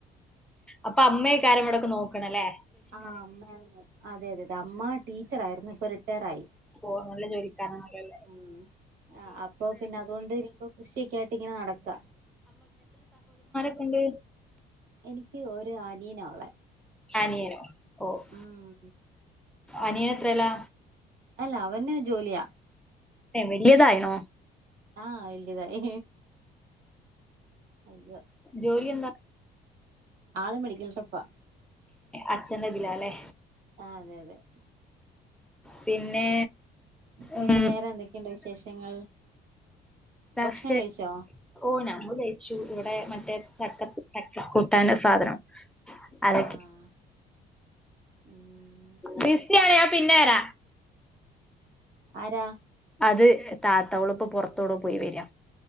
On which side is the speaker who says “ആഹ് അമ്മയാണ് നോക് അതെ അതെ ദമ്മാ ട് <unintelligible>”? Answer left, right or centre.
Right